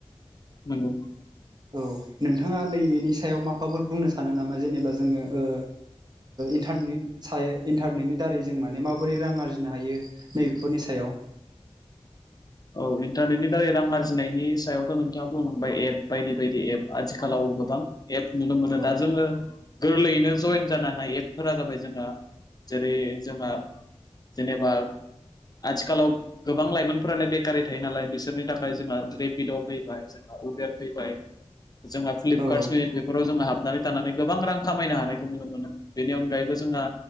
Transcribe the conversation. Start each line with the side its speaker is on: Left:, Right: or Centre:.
Left: नंगौ
Right: औ नोंथाङा नैबेनि सायाव माबाफोर बुंनो सानो नामा जेनेबा जोङो ओ न्टारने स इन्टारनेटनि दारै जों माने माबोरै रां आरजिनो हायो नैबेफोरनि सायाव
Left: औ इन्टारनेटनि दारै रां आरजिनायनि सायावथ' नोंथाङा बुंबाय एप बायदि बायदि एप आथिखालाव गोबां एप नुनो मोनो
Right: औ
Left: दा जोङो गोरलैयैनो जयेन जानो हानाय एपफोरा जाबाय जोंहा जेरै जोंहा जेनेबा आथिखालाव गोबां लाइमोनफोरानो बे गारि थायो नालाय बिसोरनि थाखाय जोंहा रेपिड' फैबाय जोंहा उबेर फैबाय जोंहा फ्लिपकार्टसनि
Right: औ
Left: बेफोराव जोङो हाबनानै थानानै गोबां रां खामायनो हानायखौ नुनो मोनो। बेनि अनगायैबो जोंहा